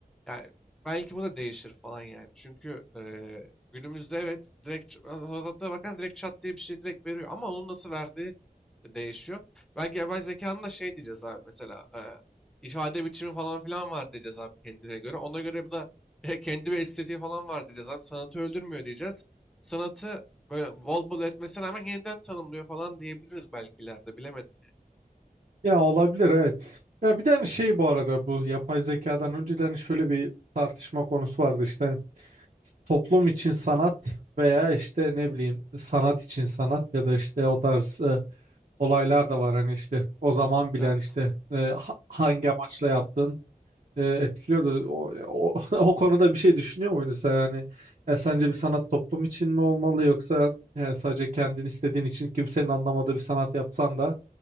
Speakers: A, in the centre; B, on the right (about 55°).
A: Yani belki bu da değişir falan yani. Çünkü eee, günümüzde evet direkt ç- fotoğraflara bakan direkt çat diye bir şey direkt veriyor ama onun nasıl verdiği değişiyor. Belki yapay zekanın da şey diyeceğiz abi mesela eee, ifade biçimi falan filan var diyeceğiz abi kendine göre. Ona göre bu da <laughs> kendi bir estetiği falan var diyeceğiz abi. Sanatı öldürmüyor diyeceğiz. Sanatı böyle bol bol etmesine rağmen yeniden tanımlıyor falan diyebiliriz belki ileride bilemedim.
B: Ya olabilir evet. Ya bir tane şey bu arada bu yapay zekadan önceden hani şöyle bir tartışma konusu vardı işte s- toplum için sanat veya işte ne bileyim sanat için sanat ya da işte o tarz e, olaylar da var hani işte o zaman bilen
A: Evet.
B: işte e, ha- hangi amaçla yaptın e, etkiliyordu. O, o, <laughs> o konuda bir şey düşünüyor muydun sen yani e, sence bir sanat toplum için mi olmalı yoksa e, sadece kendin istediğin için kimsenin anlamadığı bir sanat yapsan da